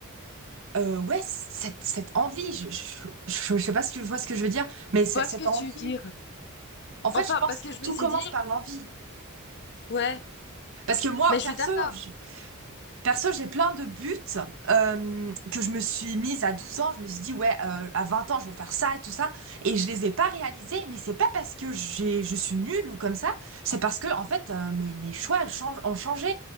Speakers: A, on the right; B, on the left.
A: euh, ouais, cette, cette envie, je, je, je, je sais pas si tu vois ce que je veux dire, mais c-
B: vois
A: cette
B: ce que
A: envie,
B: tu veux dire?
A: en fait,
B: Enfin,
A: je pense
B: parce
A: que
B: que je
A: tout
B: me suis
A: commence
B: dit,
A: par l'envie.
B: ouais,
A: Parce que moi,
B: mais je
A: perso,
B: suis d'accord.
A: je, Perso, j'ai plein de buts euh, que je me suis mise à 12 ans. Je me suis dit, ouais, euh, à 20 ans, je vais faire ça et tout ça. Et je les ai pas réalisés, mais c'est pas parce que j'ai, je suis nulle ou comme ça. C'est parce que, en fait, euh, mes, mes choix elles changent, ont changé.